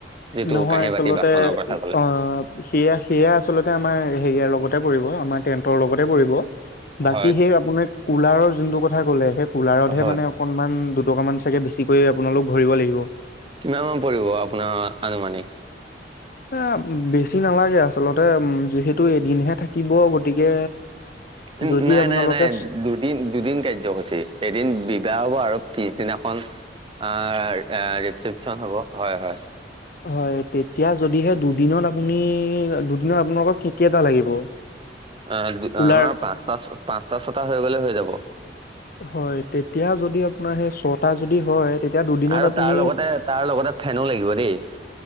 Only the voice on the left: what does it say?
নহয়
আচলতে
আঁ সেয়া সেয়া আচলতে আমাৰ হেৰিয়াৰ লগতে পৰিব আমাৰ টেন্ টৰ লগতে পৰিব। বাকী
সেই আপোনাৰ কোলাৰৰ যোনটো কথা ক'লে, সেই কোলাৰতহে
মানে অকণমান, দুটকামান চাগে বেছিকৈ আপোনালোক ভৰিব লাগিব
আঁ বেছি নালাগে। আচলতে উম যিহেতু এদিনহে থাকিব। গতিকে
যদি
আপোনালোকে
হয়, তেতিয়া যদিহে দুদিনত আপুনি দুদিনত আপোনালোকক কে কেইটা লাগিব?
কুলাৰ
হয়, তেতিয়া যদি আপোনাৰ সেই ছটা যদি হয় তেতিয়া দুদিনত
আপুনি